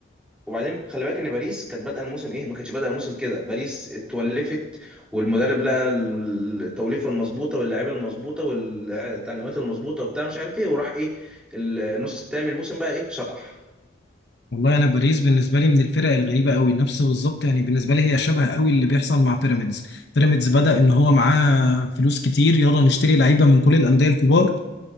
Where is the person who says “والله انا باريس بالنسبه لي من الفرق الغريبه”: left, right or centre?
Left